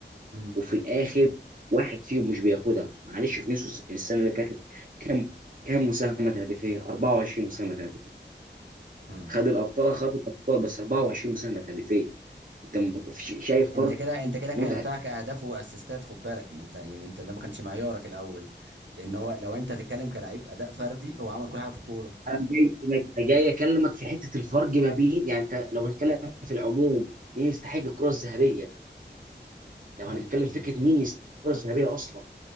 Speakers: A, on the right; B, on the right.
A: امم
B: وفي الاخر واحد فيهم مش بياخدها معلش فينيسيوس السنه اللي فاتت كام كام مساهمه تهديفيه 24 مساهمه تهديفيه
A: امم
B: خد الابطال خد الابطال بس 24 مساهمه تهديفيه انت م- ش- شايف فرق
A: انت كده انت كده قيمتها
B: متعه
A: كاهداف واسيستات خد بالك ما انت يعني انت ده ما كانش معيارك الاول لان هو لو انت تتكلم كلاعب اداء فردي هو عمل كل حاجه في الكوره
B: انا جاي انا جاي اكلمك في حته الفرق ما بين يعني انت لو هنتكلم في العموم مين يستحق الكره الذهبيه لو
A: امم
B: هنتكلم
A: امم
B: فكره مين يستحق الكره الذهبيه اصلا